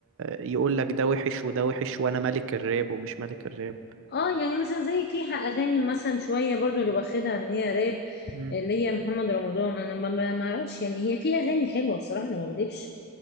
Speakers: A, on the right; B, on the left.
A: يقول لك ده وحش وده وحش وانا ملك الراب ومش ملك الراب
B: اه يعني مثلا زي فيها اغاني مثلا شويه برضو اللي واخدها ان هي راب
A: مم.
B: اللي هي محمد رمضان انا ما ما- ما اعرفش يعني هي فيها اغاني حلوه بصراحه انا ما اكدبش